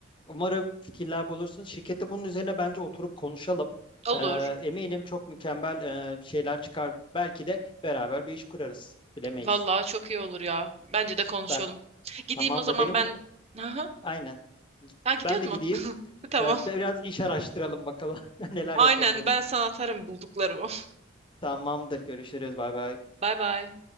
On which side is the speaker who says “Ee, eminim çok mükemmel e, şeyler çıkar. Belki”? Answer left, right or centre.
Left